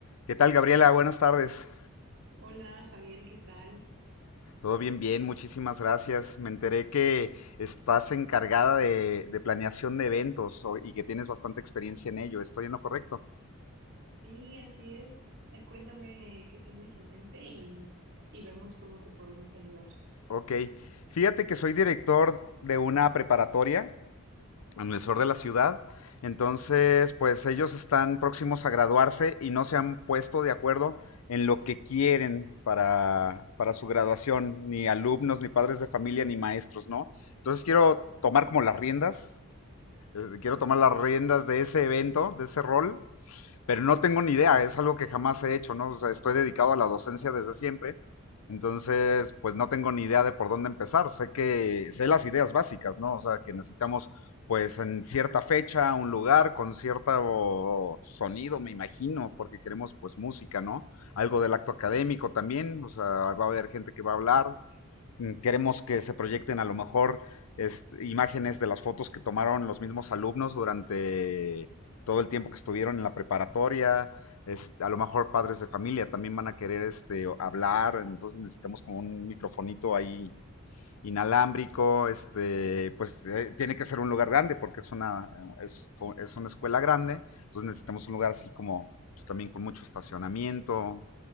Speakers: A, on the left; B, on the right.
A: ¿Qué tal, Gabriela? Buenas tardes.
B: Hola Javier, ¿qué tal?
A: Todo bien, bien, muchísimas gracias. Me enteré que estás encargada de, de planeación de eventos o- y que tienes bastante experiencia en ello. ¿Estoy en lo correcto?
B: Sí, así es. Eh, Cuéntame qué tienes en mente y, y vemos cómo te podemos ayudar.
A: Ok. Fíjate que soy director de una preparatoria en el sur de la ciudad. Entonces, pues ellos están próximos a graduarse y no se han puesto de acuerdo en lo que quieren para, para su graduación, ni alumnos, ni padres de familia, ni maestros, ¿no? Entonces quiero tomar como las riendas Este, quiero tomar las riendas de ese evento, de ese rol, pero no tengo ni idea, es algo que jamás he hecho, ¿no? O sea, estoy dedicado a la docencia desde siempre, entonces, pues no tengo ni idea de por dónde empezar, sé que, sé las ideas básicas, ¿no? O sea, que necesitamos, pues, en cierta fecha, un lugar, con cierto sonido, me imagino, porque queremos, pues, música, ¿no? Algo del acto académico también, o sea, va a haber gente que va a hablar, mm, Queremos que se proyecten a lo mejor es, imágenes de las fotos que tomaron los mismos alumnos durante todo el tiempo que estuvieron en la preparatoria. Es, a lo mejor padres de familia también van a querer este, hablar, entonces necesitamos como un microfonito ahí inalámbrico, este, pues eh, tiene que ser un lugar grande porque es una, es, es una escuela grande, entonces necesitamos un lugar así como pues, también con mucho estacionamiento,